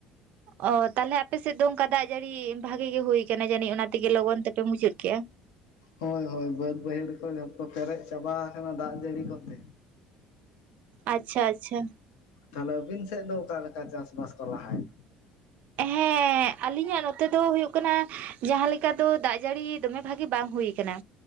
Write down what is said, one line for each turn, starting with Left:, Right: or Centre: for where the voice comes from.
Right: ᱚ ᱛᱟᱦᱚᱞᱮ ᱟᱯᱮ ᱥᱮᱫ ᱫᱚ ᱚᱱᱠᱟ ᱫᱟᱜ ᱡᱟᱹᱲᱤ ᱵᱷᱟᱜᱤ ᱜᱮ ᱦᱩᱭ ᱠᱟᱱᱟ ᱡᱟᱹᱱᱤᱡ ᱚᱱᱟ ᱛᱮᱜᱮ ᱞᱚᱜᱚᱱ ᱛᱮᱯᱮ ᱢᱩᱪᱟᱹᱫ ᱠᱮᱜᱼᱟ᱾
Left: ᱦᱳᱭ ᱦᱳᱭ ᱵᱟᱹᱫᱽ ᱵᱟᱹᱭᱦᱟᱹᱲ ᱠᱚ ᱡᱚᱛᱚ ᱯᱮᱨᱮᱡ ᱪᱟᱵᱟ ᱟᱠᱟᱱᱟ ᱫᱟᱜ ᱡᱟᱹᱲᱤ ᱠᱚᱛᱮ᱾
Right: ᱟᱪᱪᱷᱟ ᱟᱪᱪᱷᱟ᱾
Left: ᱛᱟᱦᱞᱮ ᱟᱹᱵᱤᱱ ᱥᱮᱫ ᱫᱚ ᱚᱠᱟᱞᱮᱠᱟ ᱪᱟᱥᱵᱟᱥ ᱠᱚ ᱞᱟᱦᱟᱭᱱᱟ?
Right: ᱦᱮᱸ ᱟᱞᱤᱧᱟᱜ ᱱᱚᱛᱮ ᱫᱚ ᱦᱩᱭᱩᱜ ᱠᱟᱱᱟ ᱡᱟᱦᱟᱸ ᱞᱮᱠᱟ ᱫᱚ ᱫᱟᱜ ᱡᱟᱹᱲᱤ ᱫᱚᱢᱮ ᱵᱷᱟᱜᱤ ᱵᱟᱝ ᱦᱩᱭ ᱠᱟᱱᱟ᱾